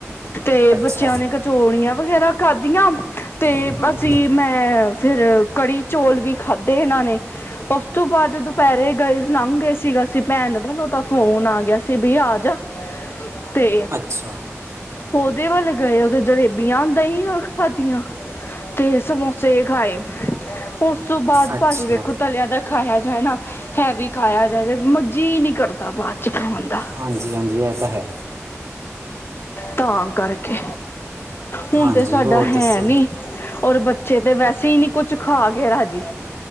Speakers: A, on the left; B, on the right.
A: ਤੇ
B: ਅੱਛਾ
A: ਬੱਚਿਆਂ ਨੇ ਕਚੋਰੀਆਂ ਵਗੈਰਾ ਖਾਧੀਆਂ ਤੇ
B: ਹੂੰ
A: ਅਸੀਂ
B: ਹੂੰ
A: ਮੈਂ ਫਿਰ ਕੜੀ ਚੌਲ ਵੀ ਖਾਧੇ ਇਹਨਾਂ ਨੇ। ਉਸ ਤੋਂ ਬਾਅਦ ਦੁਪਹਿਰੇ ਗਏ ਲੰਘ ਗਏ ਸੀ ਸੀ ਭੈਣ ਵੱਲੋਂ ਤਾਂ ਫੋਨ ਆ ਗਿਆ ਸੀ ਬੀ ਆਜਾ। ਤੇ
B: ਅੱਛਾ
A: ਉਹਦੇ ਵੱਲ ਗਏ ਉਥੇ ਜਲੇਬੀਆਂ ਦਹੀਂ ਨਾਲ ਖਾਦੀਆਂ। ਤੇ ਸਮੋਸੇ ਖਾਏ ਉਸ ਤੋਂ ਬਾਅਦ
B: ਅੱਛਾ
A: ਭਾਜੀ ਵੇਖੋ ਤਲਿਆ ਦਾ ਖਾਇਆ ਜਾਏ ਨਾ ਹੈ ਵੀ ਖਾਇਆ ਜਾਏ ਮਰ ਜੀ ਨਹੀਂ ਕਰਦਾ ਬਾਤ, ਚਾਹ ਹੋਂਦਾ
B: ਹਾਂਜੀ ਹਾਂਜੀ ਇਹ ਤਾਂ ਹੈ
A: ਤਾਂ ਕਰਕੇ, ਹੁਣ
B: ਹਾਂਜੀ
A: ਤੇ ਸਾਡਾ
B: ਹੋਰ
A: ਹੈ
B: ਦੱਸੋ
A: ਨੀ, ਹੋਰ ਬੱਚੇ ਤੇ ਵੈਸੇ ਹੀ ਨਹੀਂ ਕੁਛ ਖਾ ਕੇ ਰਾਜੀ,